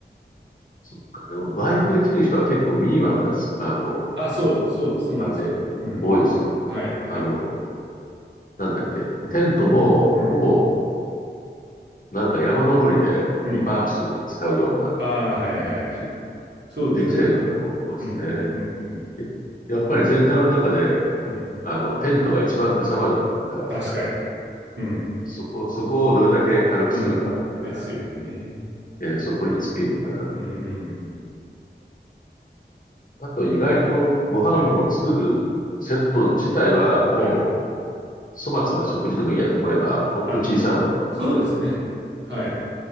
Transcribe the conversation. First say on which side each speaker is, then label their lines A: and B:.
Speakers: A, on the left; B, on the right.
A: そっか。でも、バイクで来てる人は結構ミニマムなす、あの、
B: あ、そう、そう、そうなんですよね。
A: あれで多いですよ。
B: うん。はい、はい。
A: あの、なんだっけ。
B: うん、
A: テントも、
B: うん、
A: ほぼ、なんか山登りでビパークするのに使うような
B: うん。ああ、はい、はい、
A: 感じ
B: はい。そうですね。
A: で来てる方も多いですね。
B: うん、うん、うん、
A: ややっぱり全体の中で、
B: うん。
A: あの、テントが一番かさばるから、
B: 確かに。うん、
A: そこ、そこをどれだけ軽くするかとか、
B: うん。ですよね。
A: えーそこに尽きるのかな。
B: うん、うん、うん。
A: あと、意外とご飯を作るセット自体はも
B: はい、はい。
A: 粗末な食事でもいいやと思えば、ほんと小さいものにまとまると思いますよ。
B: あ、そうですね。はい。